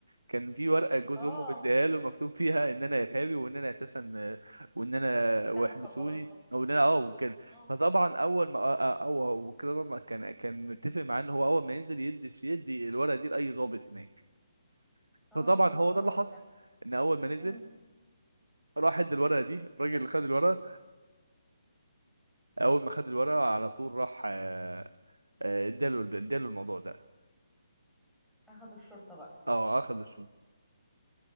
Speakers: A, on the right; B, in the centre.
A: كان في ورقه جوز
B: اه
A: امه مديها له مكتوب فيها ان انا ارهابي وان انا اساسا وان انا
B: بتاع
A: واحبسوني
B: مخدرات تصنيف.
A: او ان انا اه وكده
B: اه
A: فطبعا اول ما اه- اه- آه، او هو كده طبعاً كان كان متفق معاه ان هو اول ما ينزل يدي يدي الورقه دي لاي ضابط هناك
B: اه
A: فطبعا هو ده
B: اه
A: اللي حصل
B: ف...
A: ان اول ما نزل
B: مم.
A: راح ادى الورقه دي الراجل
B: إد-
A: اللي خد الورقه اول ما خد الورقه على طول راح آه، آه، اداله اداله الموضوع ده
B: اخدوا الشرطة بقى
A: اه اخذ الشغل